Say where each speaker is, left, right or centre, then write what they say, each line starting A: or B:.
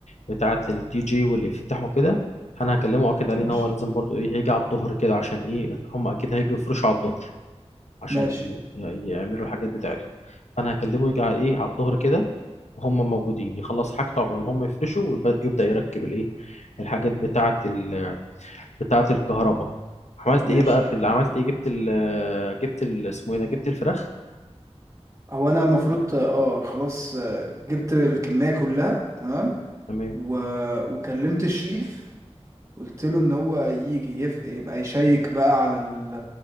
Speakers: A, on the left; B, on the right.
A: بتاعه الدي جي والافتتاح وكده انا هكلمه واكد عليه
B: ماشي
A: ان هو لازم برضو ايه هيجي على الظهر كده عشان ايه هم اكيد هيجوا يفرشوا على الظهر عشان
B: ماشي
A: ي- يعملوا الحاجات بتاعتهم فانا هكلمه يجي على ايه على الظهر كده وهم موجودين يخلص حاجته قبل ما هم يفرشوا ويبدا يركب الايه الحاجات بتاعه ال... بتاعه الكهرباء عملت
B: ماشي
A: ايه بقى في اللي عملت ايه جبت ال... جبت ال... اسمه ايه ده جبت الفراخ
B: هو انا المفروض اه خلاص آه، جبت الكمية كلها تمام
A: تمام
B: و... وكلمت الشيف قلت له ان هو يجي يف... يبقى يشيك بقى على ال...